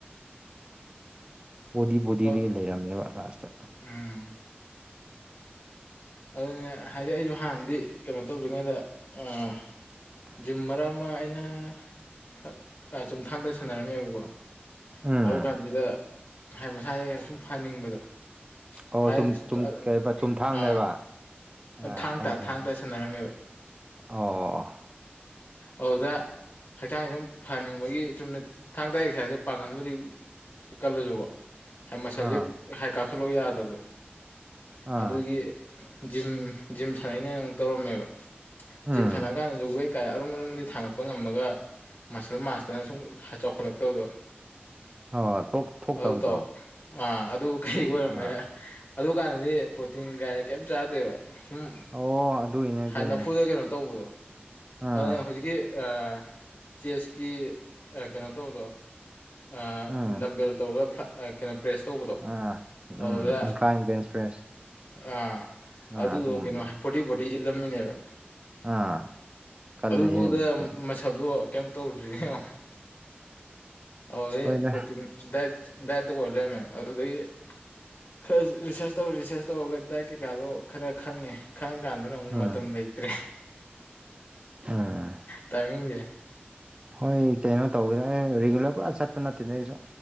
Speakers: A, on the right; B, on the left.
A: ꯕꯣꯗꯤ ꯕꯣꯗꯤꯗꯤ
B: ꯑꯣ
A: ꯂꯩꯔꯝꯃꯦꯕ ꯂꯥꯁꯇ
B: ꯎꯝ ꯑꯗꯨꯅꯦ ꯍꯥꯏꯗꯤ ꯑꯩꯖꯨ ꯍꯥꯟꯅꯗꯤ ꯀꯩꯅꯣ ꯇꯧꯗ꯭ꯔꯤꯉꯩꯗ ꯎꯝ
A: <inaudible>
B: ꯌꯨꯝ ꯃꯔꯛ ꯑꯃ ꯑꯩꯅ ꯑꯥ ꯑꯥ ꯆꯨꯝꯊꯥꯡꯗ ꯁꯥꯟꯅꯔꯝꯃꯦꯕꯀꯣ
A: ꯎꯝ
B: ꯑꯧ ꯍꯨꯔꯥꯟꯗꯨꯗ ꯍꯥꯏ ꯃꯁꯥꯒꯤ ꯁꯨꯝ ꯐꯍꯟꯅꯤꯡꯕꯗꯣ <unintelligible>
A: ꯑꯣ ꯆꯨꯝ ꯆꯨꯝ ꯀꯩꯕ ꯆꯨꯝꯊꯥꯡꯅꯦꯕ
B: ꯑꯥ
A: ꯑꯥ
B: ꯊꯥꯡ
A: ꯈꯪꯉꯦ
B: ꯇꯥ
A: ꯈꯪꯉꯦ
B: ꯊꯥꯡ ꯇꯥ ꯁꯥꯟꯅꯔꯝꯃꯦꯕ
A: ꯑꯣ
B: ꯑꯗꯨꯗ ꯍꯛꯆꯥꯡ ꯁꯨꯝ ꯐꯍꯟꯅꯤꯡꯕꯒꯤ ꯆꯨꯝꯅ ꯊꯥꯡ ꯇꯥ ꯑꯦꯛꯁꯔꯁꯥꯏ ꯄꯥꯡꯒꯟꯕꯨꯗꯤ ꯀꯜꯂꯖꯨꯀꯣ ꯍꯥ ꯃꯁꯜꯖꯦ
A: ꯑꯥ
B: ꯍꯥꯏ ꯀꯥꯈꯠꯂꯣ ꯌꯥꯗꯕꯗꯨ
A: ꯑꯥ
B: ꯑꯗꯨꯒꯤ ꯖꯤꯝ ꯖꯤꯝ ꯁꯥꯟꯅꯩꯩꯅꯦꯅ ꯑꯃꯨꯛ ꯇꯧꯔꯝꯃꯦꯕ ꯖꯤꯝ
A: ꯎꯝ
B: ꯁꯥꯟꯅ ꯀꯥꯟꯗꯖꯨ ꯋꯦꯠ ꯀꯥ ꯑꯔꯨꯝ ꯑꯔꯨꯝꯕꯗꯤ ꯊꯥꯡꯒꯠꯄ ꯉꯝꯃꯒ ꯃꯁꯜ ꯃꯥꯁꯇꯅ ꯁꯨꯝ ꯆꯥꯎꯈꯠꯂꯛꯇꯕꯗꯣ
A: ꯑꯣ ꯊꯣꯛꯇꯕꯗꯣ
B: ꯑꯗꯨ ꯇꯧ ꯑꯥ ꯑꯗꯨ ꯀꯩ ꯑꯣꯏꯔꯝꯃꯦ
A: ꯑꯥ
B: ꯑꯗꯨ ꯀꯥꯟꯗꯗꯤ ꯄ꯭ꯔꯣꯇꯤꯟꯒ ꯀꯩꯝ ꯆꯥꯗꯦꯕ ꯁꯨꯝ
A: ꯑꯣ ꯑꯗꯨꯏꯅꯦ ꯑꯗꯨꯏꯅꯦ
B: ꯍꯥꯟ ꯅꯝꯐꯨꯗ ꯀꯩꯅꯣ ꯇꯧꯕꯗꯣ
A: ꯑꯥ
B: ꯑꯗꯨꯅ ꯍꯧꯖꯤꯛꯀꯤ ꯑꯥ ꯆꯦꯁꯀꯤ ꯑꯥ ꯀꯩꯅꯣ ꯇꯧꯕꯗꯣ ꯑꯥ
A: ꯎꯝ
B: ꯅꯝꯕꯦꯜ ꯇꯧꯔꯒ ꯐ꯭ꯂ ꯑꯥ ꯀꯩꯅꯣ ꯄ꯭ꯔꯦꯁ ꯇꯧꯕꯗꯣ
A: ꯑꯥ ꯎꯝ
B: ꯑꯗꯨꯗ
A: ꯏꯟꯀ꯭ꯂꯥꯏꯟ ꯕꯦꯟꯁ ꯄ꯭ꯔꯦꯁ
B: ꯑꯥ
A: ꯑꯥ
B: ꯑꯗꯨꯗꯣ
A: ꯑꯗꯨꯒꯨꯝꯕꯗꯣ
B: ꯀꯩꯅꯣ ꯐꯣꯔꯇꯤ ꯐꯣꯔꯇꯤ ꯏꯜꯂꯝꯃꯤꯅꯦꯕ
A: ꯑꯥ ꯀꯜꯂꯦꯍꯦ
B: ꯑꯗꯨ ꯕꯧꯗ
A: ꯑꯗꯨꯗꯤ
B: ꯃꯁꯜ ꯑꯗꯨꯒ ꯀꯩꯝ ꯇꯧꯗ꯭ꯔꯤꯅꯦꯉꯣ ꯑꯗꯨꯗꯩ
A: ꯍꯣꯏꯗ
B: ꯄ꯭ꯔꯣꯇꯤꯟ ꯗꯥꯏꯠ ꯊꯛ ꯗꯥꯏꯠꯇ ꯑꯣꯏꯔ ꯂꯩꯔꯝꯃꯦꯕ ꯑꯗꯨꯗꯩ ꯈꯔ ꯔꯤꯁꯔꯁ ꯇꯧꯔ ꯔꯤꯁꯔꯁ ꯇꯧꯔꯒ ꯗꯥꯏꯠ ꯀꯩꯀꯥꯗꯣ ꯈꯔ ꯈꯪꯉꯦ ꯈꯪ ꯀꯥꯟꯗꯅ ꯑꯃꯨꯛ
A: ꯎꯝ
B: ꯃꯇꯝ ꯂꯩꯇ꯭ꯔꯦ
A: ꯎꯝ
B: ꯇꯥꯏꯃꯤꯡꯖꯦ
A: ꯍꯣꯏ ꯀꯩꯅꯣ ꯇꯧꯔ ꯔꯤꯒꯨꯂꯔ ꯄꯨꯔꯥ ꯆꯠꯄ ꯅꯠꯇꯦꯅꯦ ꯑꯩꯖꯨ